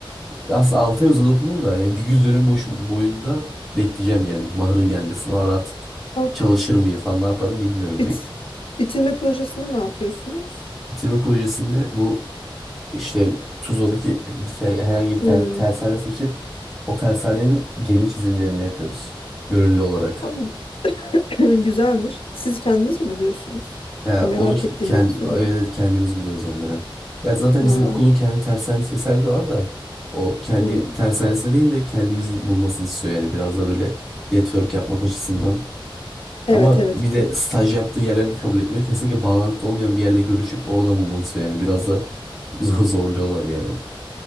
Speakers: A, in the centre; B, on the left.
A: aslında 6 ay uzadı okulum da yani bir yüz dönem boşun, boyunda bekleyeceğim yani baharın gelmesini. O ara artık
B: Ha,
A: çalışır mıyım falan ne yaparım bilmiyorum
B: Bit.
A: pek.
B: Bitirme projesinde ne yapıyorsunuz?
A: Bitirme projesinde bu işte Tuzla'daki bir tane, herhangi bir
B: Hmm.
A: tane tersane seçip o tersanenin gemi çizimlerini yapıyoruz. Gönüllü olarak.
B: Tamam. <clears throat> Güzelmiş. Siz kendiniz mi buluyorsunuz?
A: Ya
B: Ya merak
A: onu ki-
B: ettiğimden
A: kendi,
B: soruyorum.
A: evet evet, kendimiz buluyoruz onları. Ya zaten
B: Ha.
A: bizim okulun kendi tersanesi vesaire de var da o kendi
B: hı.
A: tersanesi değil de kendimizin bulmasını istiyor yani biraz da böyle network yapmak açısından.
B: Evet
A: Ama
B: evet.
A: bir de
B: B-
A: staj yaptığın yerleri de kabul etmiyor. Kesinlikle bağlantılı olmayan bir yerle görüşüp oradan bulmanı istiyor yani biraz da <laughs> zor zorluyorlar yani.